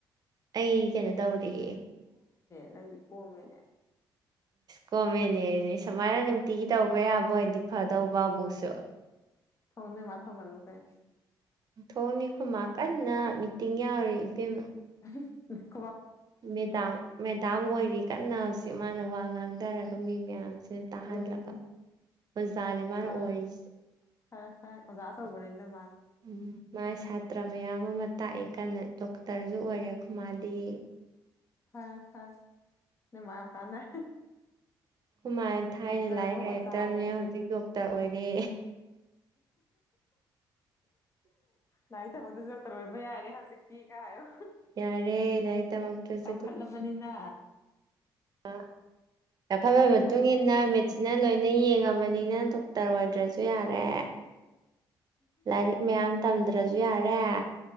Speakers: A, on the right (about 50°); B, on the left (about 35°).
A: ꯑꯩ ꯀꯩꯅꯣ ꯇꯧꯔꯤ
B: ꯅꯪ ꯂꯤ ꯀꯣ ꯃꯦꯅꯦ
A: ꯀꯣꯝꯃꯦꯅꯦꯅꯦ ꯁꯨꯃꯥꯏꯅ ꯅꯨꯡꯇꯤꯒꯤ ꯇꯧꯕ ꯌꯥꯕ ꯍꯥꯏꯗꯤ ꯐꯗꯧꯕꯕꯨꯛꯁꯨ
B: ꯊꯣꯟꯦ ꯃꯥꯊ ꯃꯔ ꯂꯨ ꯀꯥꯏ
A: ꯊꯣꯡꯅꯤ ꯈꯨꯃ ꯀꯟꯅ ꯃꯤꯇꯤꯡ ꯌꯥꯎꯔꯤ ꯏꯕꯦꯝꯃ
B: ꯎ
A: ꯃꯦꯗꯥꯝ ꯃꯦꯗꯥꯝ ꯑꯣꯏꯔꯤ ꯀꯟꯅ ꯍꯧꯖꯤ ꯃꯥꯅ ꯋꯥ ꯉꯥꯡꯊꯔꯒ ꯃꯤ ꯃꯌꯥꯝ ꯁꯤꯅ ꯇꯥꯍꯜꯂꯒ
B: ꯎꯝ
A: ꯑꯣꯖꯥꯅꯦ ꯃꯥꯅ
B: ꯐꯔꯦ
A: ꯑꯣꯏꯔꯤꯁ
B: ꯐꯔꯦ ꯐꯦ ꯑꯣꯖꯥ ꯆ ꯀ ꯅꯅꯤꯗꯣ ꯏ ꯃꯥꯅ
A: ꯎꯝ ꯃꯥꯥꯏ ꯁꯥꯇ꯭ꯔ ꯃꯌꯥꯝ ꯑꯃ ꯇꯥꯛꯑꯦ ꯀ ꯗꯣꯛꯇꯔꯁꯨ ꯑꯣꯏꯔꯦ ꯈꯨ ꯃꯥꯗꯤ
B: ꯐꯔꯦ ꯐꯔꯦ ꯅꯃꯌꯥꯝ ꯌꯥꯝ ꯀꯥꯟꯗꯦ
A: ꯍꯨꯃꯥꯏ ꯊꯥꯏꯅ
B: ꯗꯣꯛꯇꯔꯋꯣ
A: ꯂꯥꯏ ꯍꯔꯛꯇꯕꯅꯦ
B: ꯑꯣꯖꯥꯋꯣ
A: ꯍꯧꯖꯤꯛ ꯇ ꯑꯣꯏꯔꯦ
B: ꯂꯥꯏꯔꯤ ꯊꯃꯛꯇꯁꯨ ꯗꯣꯛꯇ ꯂꯣꯏꯕ ꯌꯥꯔꯦ ꯍꯧꯖꯤꯛꯇꯤ ꯀꯥꯏꯌꯣ
A: ꯌꯥꯔꯦ ꯂꯥꯏꯔꯤꯛ ꯇꯝꯃꯛꯇ꯭ꯔꯁꯨ
B: ꯆꯥꯎꯈꯠꯂꯕꯅꯤꯅ
A: ꯑꯥ ꯆꯈꯠꯄ ꯃꯇꯨꯡ ꯏ ꯃꯇꯨꯡꯏꯟꯅ
B: ꯏꯌꯥꯇ ꯌꯥꯔꯦ
A: ꯃꯦꯆꯤꯟꯅ ꯂꯣꯏꯅ ꯌꯦꯡꯉꯕꯅꯤꯅ ꯗꯣꯛꯇꯔ ꯑꯣꯏꯗ꯭ꯔꯁꯨ ꯌꯥꯔꯦ ꯂꯥꯏꯔꯤꯛ ꯃꯌꯥꯝ ꯇꯝꯗ꯭ꯔꯁꯨ ꯌꯥꯔꯦ